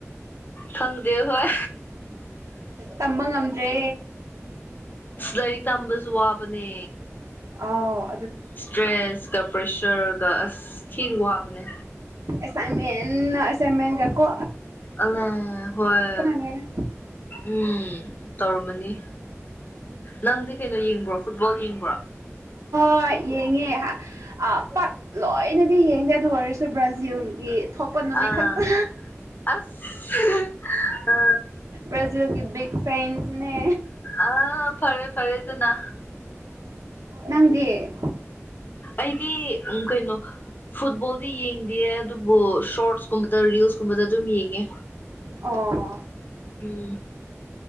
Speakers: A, on the left (about 40°); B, on the right (about 80°).
A: ꯐꯪꯗ ꯍꯣꯏ
B: ꯇꯝꯕ ꯉꯝꯗ꯭ꯔꯦ
A: ꯁ ꯂꯔꯤ ꯇꯝꯕꯁꯨ ꯋꯥꯕꯅꯦ
B: ꯑꯥ
A: ꯏꯁꯇ꯭ꯔꯦꯁꯀ ꯄ꯭ꯔꯦꯁꯔꯒ ꯑꯁ ꯊꯤꯅ ꯋꯥꯕꯅꯦ
B: ꯑꯦꯁꯥꯏꯟꯃꯦꯟ ꯑꯦꯁꯥꯏꯟꯃꯦꯟꯒꯀꯣ
A: ꯑꯂꯦ ꯍꯣꯏ
B: ꯂꯣꯏꯔꯦ
A: ꯎꯝ ꯇꯧꯔꯝꯃꯅꯤ ꯅꯪꯗꯤ ꯀꯩꯅꯣ ꯌꯦꯡꯕ꯭ꯔꯣ ꯐꯨꯠꯕꯣꯜ ꯌꯦꯡꯕ꯭ꯔꯣ
B: ꯍ ꯌꯦꯡꯉꯦ ꯄꯥꯛ ꯂꯣꯏꯅꯗꯤ ꯌꯦꯡꯗꯦ ꯑꯗꯨ ꯑꯣꯏꯔꯁꯨ ꯕ꯭ꯔꯥꯖꯤꯜꯒꯤ ꯊꯣꯛꯄ ꯅꯨꯃꯤꯠ
A: ꯑꯥ
B: ꯈꯛꯇ
A: ꯑꯁ ꯑ
B: ꯕ꯭ꯔꯥꯖꯤꯜꯒꯤ ꯕꯤꯛ ꯐ꯭ꯔꯦꯟꯁꯅꯦ
A: ꯑꯥ ꯐꯔꯦ ꯐꯔꯦ ꯑꯗꯨꯅ
B: ꯅꯪꯗꯤꯦ
A: ꯑꯩꯗꯤ ꯎ ꯀꯩꯅꯣ ꯐꯨꯠꯕꯣꯜꯗꯤ ꯌꯦꯡꯗꯌꯦ ꯑꯗꯨꯕꯨ ꯁꯣꯔꯠꯁꯀꯨꯝꯕꯗ ꯔꯤꯜꯁꯀꯨꯝꯕꯗ ꯑꯗꯨꯝ ꯌꯦꯡꯉꯦ
B: ꯑꯣ
A: ꯎ